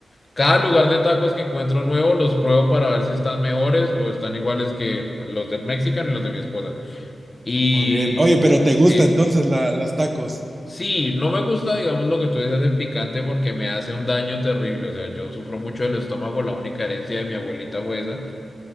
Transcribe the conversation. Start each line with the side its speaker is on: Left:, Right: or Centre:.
Left: Cada lugar de tacos que encuentro nuevo los pruebo para ver si están mejores o están iguales que los del Mexican y los de mi esposa. Y...
Right: Muy bien. Oye, pero ¿te
Left: Sí.
Right: gusta entonces la, los tacos?
Left: Sí, no me gusta, digamos, lo que tú decías del picante porque me hace un daño terrible. O sea, yo sufro mucho del estómago, la única herencia de mi abuelita fue esa.